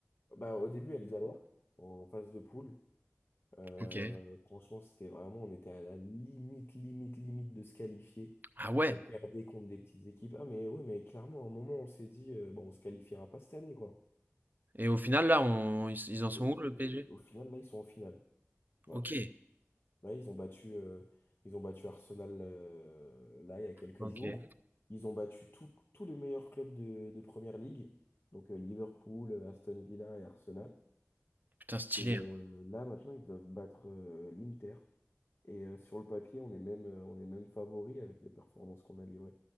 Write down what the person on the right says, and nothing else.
Ok.
Ah ouais.
Et au final, là, on- ils, ils en sont
où, le PSG?
Ok.
Ok.
Putain, stylé,
hein.